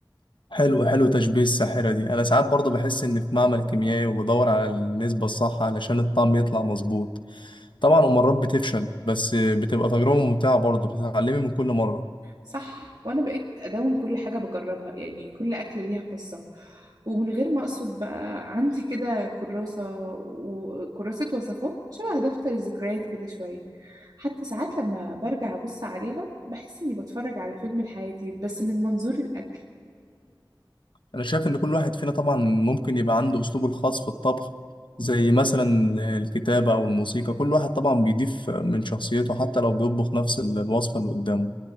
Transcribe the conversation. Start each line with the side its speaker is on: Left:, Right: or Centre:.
Left: حلو حلو تشبيه الساحرة دي أنا ساعات برضه بحس إن في معمل كيميائي وبدور على النسبة الصح علشان الطعم يطلع مظبوط طبعا ومرات بتفشل بس بتبقى تجربة ممتعة برضه بتتعلمي من كل مرة
Right: صح وانا بقيت ادون كل حاجه بجربها يعني كل اكله ليها قصه ومن غير ما اقصد بقى عندي كده كراسه وكراسه وصفات شبه دفتر الذكريات كده شويه حتى ساعات لما برجع ابص عليها بحس اني بتفرج على فيلم لحياتي بس من منظور الاكل
Left: أنا شايف إن كل واحد فينا طبعا ممكن يبقى عنده أسلوبه الخاص في الطبخ زي مثلا الكتابة أو الموسيقى كل واحد طبعا بيضيف من شخصيته حتى لو بيطبخ نفس الوصفة اللي قدامه